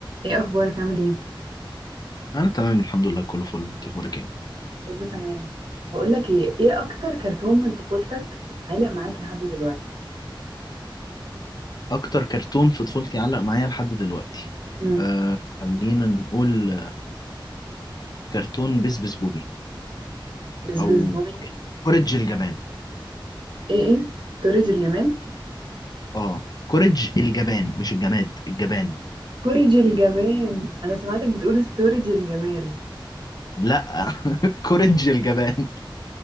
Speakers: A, on the right (about 65°); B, on the left (about 50°).
A: ايه اخبارك عامل ايه
B: انا تمام الحمد لله كله فل انت اخبارك ايه
A: كله تمام بقول لك ايه ايه اكتر كرتون من طفولتك عالق معاك لحد دلوقتي
B: اكتر كرتون في طفولتي علق معايا لحد دلوقتي
A: امم
B: أه خلينا نقول كرتون بس بس بوبي
A: بس
B: او
A: بس بوبي
B: كوريج الجبان
A: ايه ايه ستورج الجمال
B: اه كوريج الجبان مش الجماد الجبان
A: كوريج الجبان انا سمعتك بتقول ستورج الجمال
B: لا <laughs> كوريج الجبان